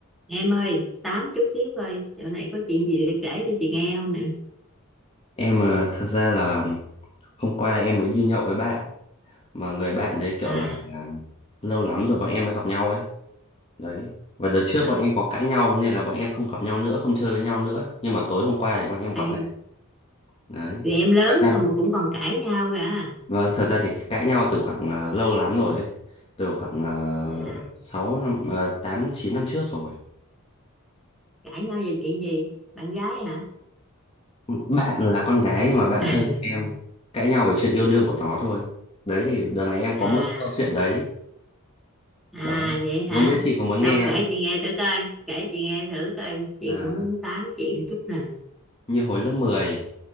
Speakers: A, in the centre; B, on the left.
A: Em ơi, tám chút xíu coi, chỗ này có chuyện gì để kể cho chị nghe không nè.
B: Em ờ, thật ra là hôm qua em mới đi nhậu với bạn mà người bạn đấy kiểu
A: À,
B: là à, lâu lắm rồi bọn em mới gặp nhau ấy. Đấy. Và đợt trước
A: bà,
B: bọn em có cãi nhau nên là bọn em không gặp nhau nữa, không chơi với nhau nữa. Nhưng mà tối hôm qua thì bọn em gặp
A: à,
B: lại. Đấy.
A: tụi em lớn
B: Các bạn.
A: rồi mà cũng còn cãi nhau cả. À,
B: Vâng, thật ra thì cái cãi nhau từ khoảng ờ, lâu lắm rồi ấy. Từ khoảng
A: À,
B: uh, 6 năm uh, 8 9 năm trước rồi.
A: cãi nhau về chuyện gì? Bạn gái hả?
B: Bạn là con gái nhưng mà bạn
A: <laughs>
B: thân của em cãi nhau về chuyện yêu đương của nó thôi. Đấy thì đợt này em có
A: À,
B: mỗi câu chuyện đấy
A: à
B: đó
A: vậy hả?
B: không biết chị có muốn
A: Đâu
B: nghe
A: kể
B: không
A: chị nghe thử coi, kể chị nghe thử coi. Chị
B: à,
A: cũng muốn tám chuyện chút nè.
B: như hồi lớp mười